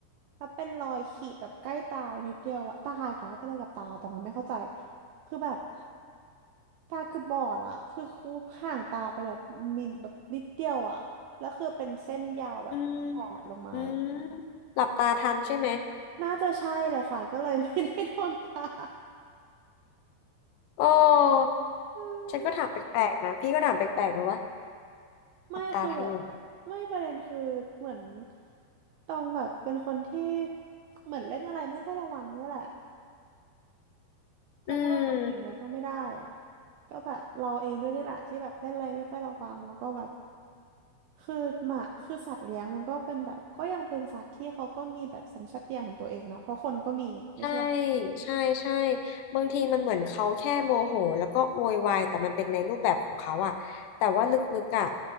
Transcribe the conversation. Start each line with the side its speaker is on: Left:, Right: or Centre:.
Right: แล้วเป็นรอยขีดแบบใกล้ตาไปนิดเดียวอะตาอีกแล้วเป็นอะไรกับตาตรงนั้นไม่เข้าใจคือแบบตาคือบบอดอะคือคูบห่างตาไปแบบมิลแบบนิดเดียวอะแล้วคือเป็นเส้นยาวแบบแถบลงมาอย่างเงี้ย
Left: อืมอืมหลับตาทันใช่ไหม
Right: น่าจะใช่เลยค่ะก็เลยไม่ได้โดนตา <laughs>
Left: โอ้
Right: อื
Left: ฉันก็ถามแปลกๆนะพี่ก็ถามแปลกๆนะว่า
Right: มไม่คือแบบ
Left: หลับตาทันเหรอ
Right: ไม่ประเด็นคือเหมือนตองแบบเป็นคนที่เหมือนเล่นอะไรไม่ค่อยระวังนี่แหละ จะโทษคนอื่นอย่างเดียวก็ไม่ได้อ่ะ
Left: อืม
Right: ก็แบบเราเองด้วยนี่แหละที่แบบเล่นอะไรไม่ค่อยระวังแล้วก็แบบคือหมาคือสัตว์เลี้ยงมันก็เป็นแบบก็ยังเป็นสัตว์ที่เขาก็มีแบบสัญชาตญาณของตัวเองเนาะเพราะคนก็มีไม่ใช่หรอ
Left: ใช่ใช่ใช่บางทีมันเหมือนเขาแค่โมโหแล้วก็โวยวายแต่มันเป็นในรูปแบบของเขาอะแต่ว่าลึกๆอะ